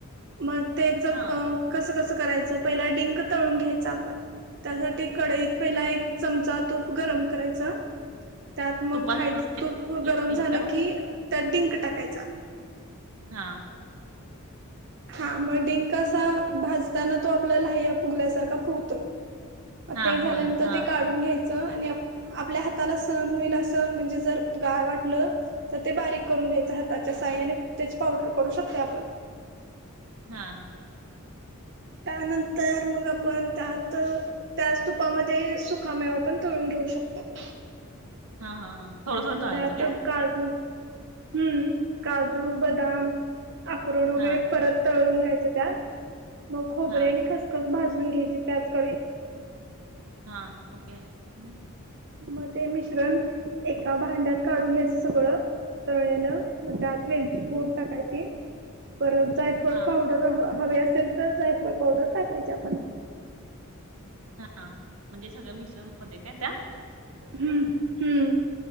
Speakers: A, on the right; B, on the right.
A: मग त्याच
B: हा
A: कसं कसं करायचं पहिला डिंक तळून घ्यायचं आपण त्यासाठी कडईत पहिला एक चमचा तूप गरम करायचा. त्यात मग
B: तुपात
A: खायच तूप
B: तळून
A: गरम झालं
B: का
A: की त्यात डिंक टाकायचा.
B: हा.
A: हा म डिंक असा भाजताना तो आपल्याला हे फुगल्यासारखा फुगतो.
B: हा
A: ते झाल्यानंतर
B: होय हा
A: ते काढून घ्यायच. आपल्या हाताला सण होईल अस म्हणजे जर गार वाटलं. तर ते बारीक करून घ्यायचं हाताच्या साय आणि त्याची पावडर करू शकते आपण.
B: हा.
A: त्यानंतर मग आपण त्यात त्याच तुपामध्ये सुखामेवा पण तळून घेऊ शकतो.
B: हा हा हा. थोडं थोडं तळायचं
A: त्या
B: काय
A: त काजू हम्म, काजू, बदाम, अक्रोड वगैरे
B: हा
A: परत तळून घ्यायच त्यात, मग खोबरे
B: हा
A: आणि खसखस भाजून घ्यायची त्याच कडईत.
B: हा, ओके हम.
A: म ते मिश्रण एका भांड्यात काढून घ्यायचं सगळं. तळले म त्यात वेलची पूड टाकायची. परत जायफळ
B: हा
A: पावडर हवे असेल तर जायफळ पावडर टाकायची आपण.
B: हा, म्हणजे सगळ्या मिश्रन मध्ये काय त्या?
A: हम, हम्,